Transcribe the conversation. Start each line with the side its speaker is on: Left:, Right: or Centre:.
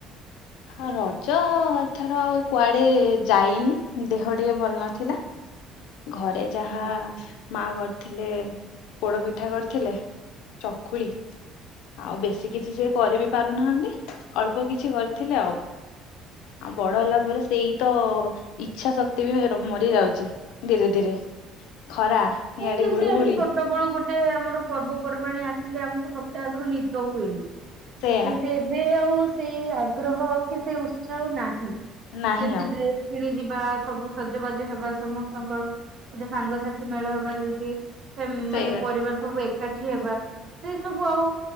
Left: ହଁ ରଜ ଏ ଥର ଆଉ କୁଆଡେ ଯାଇନି ଦେହ ଟିକେ ଭଲ ନଥିଲା। ଘରେ ଯାହା ମା କରିଥିଲେ ପୋଡ ପିଠା କରିଥିଲେ ଚକୁଳି। ଆଉ ବେଶୀ କିଛି ସେ କରି ବିି ପାରୁନାହାଁନ୍ତି ଅଳ୍ପ କିଛି କରିଥିଲେ ଆଉ। ଆଉ ବଡ ହେଲା ପରେ ସେଇ ତ ଇଚ୍ଛା ଶକ୍ତି ବି ର ମରି ଯାଉଚି। ଧିରେ ଧିରେ ଖରା ଇଆଡେ
Right: ହଁ ଯେମିତି
Left: ଗୁଳୁଗୁଳି
Right: ଆମେ ଛୋଟ ବେଳୁ ଗୋଟେ ଆମର ପର୍ବପର୍ବାଣି ଆସିଲେ ଆମକୁ ସପ୍ତାହ ଆଗରୁ ନିଦ ହୁଏନି।
Left: ସେଇଆ
Right: କିନ୍ତୁ ଏବେ ଆଉ ସେଇ ଆଗ୍ରହ କି ସେଇ ଉତ୍ସାହ ନାହିଁ।
Left: ନାହିଁ
Right: ଯେମିତି
Left: ଆଉ
Right: ଡ୍ରେ ମିଳି ଯିବା ସବୁ ସଜବାଜ ହେବା ସମସ୍ତଙ୍କର ଗୋଟେ ସାଙ୍ଗସାଥି ମେଳ ହବା ଯେମତି ହେମ୍
Left: ସେଇ
Right: ମାନେ
Left: କଥା
Right: ପରିବାର ସବୁ ଏକାଠି ହେବା ସେଇ ସବୁ ଆଉ